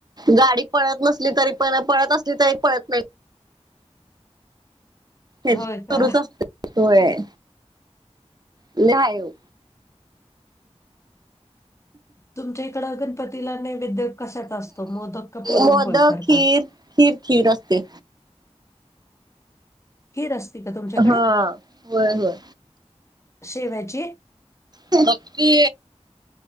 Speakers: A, on the right; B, on the left.
A: गाडी पळत नसली तरी पण पळत असली तरी पळत नाही हे
B: होय
A: सुरूच
B: का.
A: असते. होय. लय हाय ह्यो
B: तुमच्या इकड गणपतीला नेवैद्य कशाच असतो मोदक का पुरणपोळी
A: मोदक
B: करतात.
A: खीर खीर खीर असते
B: खीर असते का? तुमच्याकडे?
A: हा होय होय
B: शेवयाची
A: गप्प की